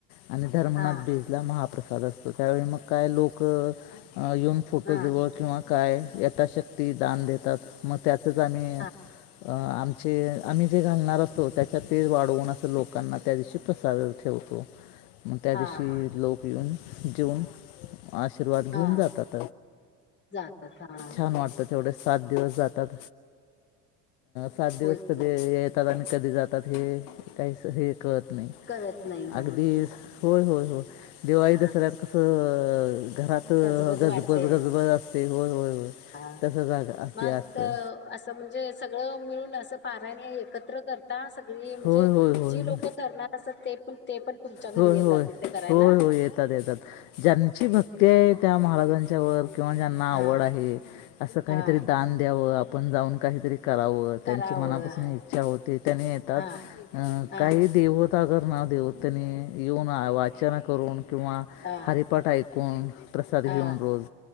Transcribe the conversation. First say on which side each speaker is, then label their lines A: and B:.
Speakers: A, on the left; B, on the left.
A: आणि धर्मनाथ
B: हा
A: बीजला महाप्रसाद असतो, त्यावेळी मग काय लोक अ येऊन फोटोजवळ
B: हा
A: किंवा काय यथाशक्ती दान देतात मग त्याचच आम्ही
B: हा
A: आमचे, आम्ही जे घालणार असतो, त्याच्यात ते वाढवून असं लोकांना त्या दिवशी प्रसाद ठेवू मग त्या
B: हा
A: दिवशी
B: हा
A: लोक येऊन जेऊन, आशीर्वाद घेऊन
B: हा
A: जातात.
B: जातात हा.
A: छान वाटतं तेवढे सात दिवस जातात, सात दिवस
B: होय की
A: कधी येतात, आणि कधी जातात, हे काहीच हे कळत नाही
B: करत नाही हो
A: अगदी
B: की
A: होय, होय. होय दिवाळी
B: हा
A: दसऱ्याल कसं घरात
B: गजबज
A: गजब
B: वाढते
A: बज, गजबज असते होय, होय.
B: हा
A: तसं जाग असते
B: मग
A: असतं
B: त असं म्हणजे सगळं मिळून अस पारायण एकत्र करता, सगळी म्हणजे
A: होय होय होय
B: जी
A: होय
B: लोक करणार असत ते पण, ते पण. तुमच्या घरी
A: होय,
B: येतात
A: होय,
B: तिथं करायला
A: होय, होय, येतात, येतात ज्यांची
B: हा
A: भक्ती आहे त्या महाराजांच्या वरं किंवा ज्यां ना
B: हा
A: आवड आहे, अस काहीतरी
B: हा.
A: दान द्याव, आपण जाऊन काहीतरी करावं त्यांची
B: करावं
A: मनापासून इच्छा होते, त्याने येतात
B: हा हा
A: काही देव सागर नाव देवतेनी येऊन वाचन करून किंवा
B: हा
A: हरिपाठ ऐक. कोण प्रसाद घेऊन
B: हा
A: रोज